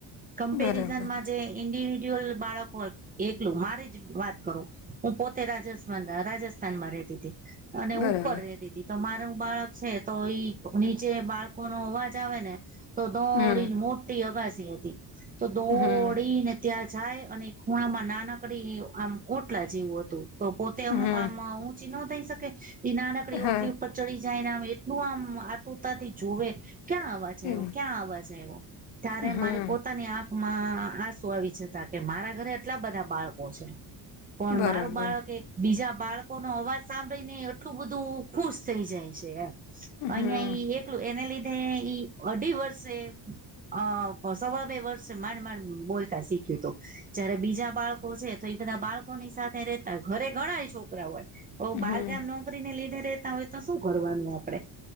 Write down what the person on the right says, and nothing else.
કમ્પેરિઝનમાં
જે ઇન્ડિવિજ્યુઅલ બાળકો હોય એકલું મારી જ વાત કરું હું પો તે રાજસ્થાન રાજસ્થાનમાં રહેતી હતી અને
ઉપર રતી હતી. તો મારું બાળક છે ઈ નીચે બાળકોનો અવાજ આવે ને. તો દોડીને
મોટી અગાસી હતી તો દોડીને.
ત્યાં જાય અને ખૂણામાં નાનકડી આમ ઓટલા જેવું હતું. તો પોતે આમ
ઊંચી ન થઈ શકે એ નાનકડી
ઓટલી. કચડી જાય ને આમ એટલું આમ આતુરતાથી જોવે ક્યાં અવાજ
ક્યાં અવાજ આવ્યો ત્યારે
મારી પોતાની આંખ માં આસુ આવી જતા કે મારા ઘરે એટલા બધા બાળકો છે. પણ
મારું બાળક કે બીજા બાળકો નો અવાજ સાંભળી ને એટલું બધું ખુશ થઈ જાય છે. એમ
અહિયાં ઈ એકલું એને લીધે ઈ અઢી વર્ષે અ સવા બે વર્ષ માંડ માંડ બોલતા શીખ્યું તું જ્યારે બીજા બાળકો છે તો એ બધા બાળકોની સાથે રેતા હોય ઘરે ઘણા છોકરા હોય તો બાલજામ
ન ને લીધે રતા હોય તો શું કરવાનું આપડે